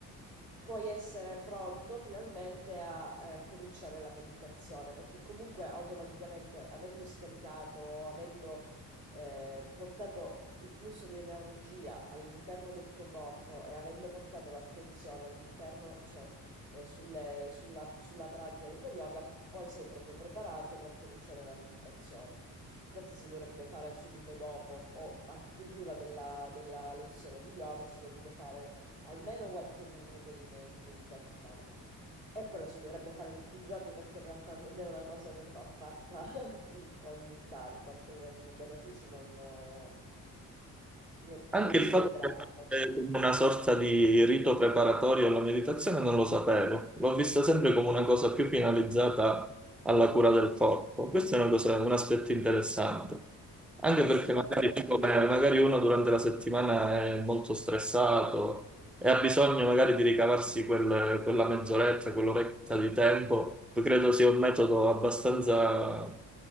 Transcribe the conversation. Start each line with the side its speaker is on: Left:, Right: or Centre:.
Right: puoi essere pronto finalmente a eh, cominciare la meditazione, perché comunque automaticamente, avendo scaricato, avendo eh, portato il flusso di energia all'interno del tuo corpo e avendo portato l'attenzione all'interno, cioè eh, sulle- sulla, sulla pratica dello yoga, poi sei proprio preparato per cominciare la meditazione. Infatti si dovrebbe fare subito dopo o a chiusura della, della lezione di yoga si dovrebbe fare almeno qualche minuto di, me- di meditazione. E poi lo si dovrebbe fare tutti i giorni perché in realtà non è una cosa che va fatta <laughs> ogni tanto, altrimenti i benefici non, eh, non-
Centre: Anche
Right: non si
Centre: il fatto
Right: vedranno.
Centre: che fosse come una sorta di rito preparatorio alla meditazione non lo sapevo, l'ho vista sempre come una cosa più finalizzata alla cura del corpo. Questo è una cosa- un aspetto interessante, anche
Right: Eh
Centre: perché
Right: sì, vabbè.
Centre: magari, come- magari uno durante la settimana è molto stressato, e ha bisogno magari di ricavarsi quel- quella mezz'oretta, quell'oretta di tempo, credo sia un metodo abbastanza